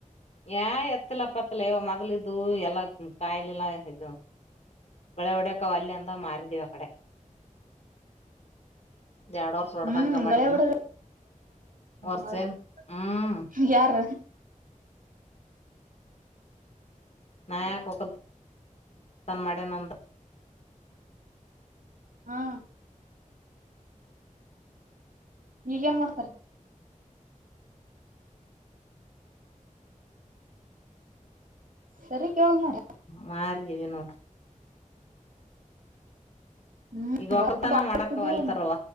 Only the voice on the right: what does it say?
<unintelligible>
ಹ್ಮ್
ಗಳೆ ಹೊಡಿಯೋದು
<unintelligible>
ಯಾರ
ಹಾ ಈಗ ಏನ್ ಮಾಡ್ಡ್ತಾರೆ. ಸರಿ ಕೇಳದೊ ನೋಡ್
ಹ್ಮ್
ಎತ್ತದು